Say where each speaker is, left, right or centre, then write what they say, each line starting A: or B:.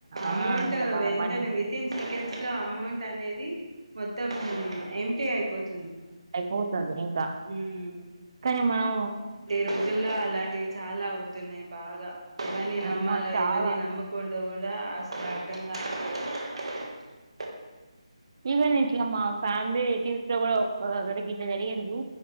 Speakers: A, on the right; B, on the right.
A: అమౌంట్
B: ఆ! ఇంక మన
A: వెంటనే
B: మనీ
A: వితిన్ సెకండ్స్ లో అమౌంట్ అనేది మొత్తం ఏంమ్టి అయిపోత
B: అయిపోతుంది ఇంకా
A: హ్మ్.
B: కానీ మనం
A: ఇదుల్లో అలాంటివి చాలా అవుతున్నాయి బాగా ఎవన్నీ
B: అమ్మ
A: నమ్మాలో
B: చాలా
A: ఎవన్నీ నమ్మకూడదో కూడా అసలు అర్డంగా <unintelligible>
B: ఈవెన్ ఇట్లా మా ఫ్యామిలీటీవ లో కూడా ఒ కడికి ఇలా జరిగింది